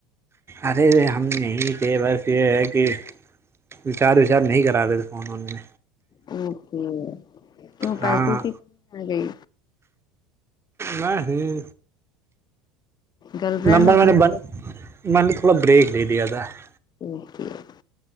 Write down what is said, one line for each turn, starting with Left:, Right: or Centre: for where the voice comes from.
Right: ارے ہم نہیں تھے بس یہ ہے کہ وچار وچار نہیں کرا رہے تھے اوروں نے
Left: اوکے تو
Right: ہاں
Left: پیسے کی کمی آ گئی
Right: نہیں
Left: گرل فرینڈ
Right: نمبر
Left: میں پورا
Right: م بن <unintelligible> مل نے تھوڑا بریک ل دےیا تھا <unintelligible>
Left: اوک <unintelligible>